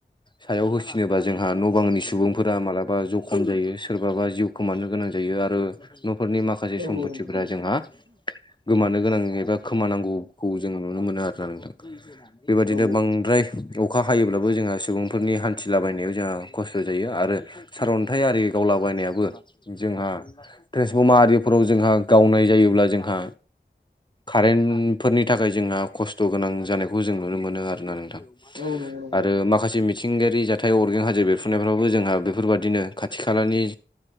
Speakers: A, on the left; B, on the right.
A: सायाव होसिनोबा जोंहा न' बांनि सुबुंफोरा मालाबा जखम जायो सोरबाबा जिउ खोमानो गोनां जायो आरो न'फोरनि मा माखासे
B: औ
A: सम्फथिफोरा
B: नंगौ नोंथां
A: जोंहा गोमानो गोनां एबा खोमानांगौ खौ जों नुनो मोनो आरोना नोंथां बेबादिनो
B: औ
A: बांद्राय औ अखा हायोब्लाबो जोंहा सुबुंफोरनि हान्थिलाबायनायाव जोंहा खस्थ' जायो आरो सारन्थाइ आरि गावलाबायनायाबो जोंहा ट्रेन्सफर्मार आरिफोराव जोंहा गावनाय जायोब्ला जोंहा कारेन्ट फोरनि थाखाय जोंहा खस्थ' गोनां जानायखौ जों नुनो मोनो आरोना नोंथां।
B: औ नंगौ नंगौ
A: आरो
B: नोंथां
A: माखासे मिथिंगायारि जा थाय अरगें हाजो बेरफ्रुनायफ्रावबो जोंहा बेफोरबादिनो खाथि खालानि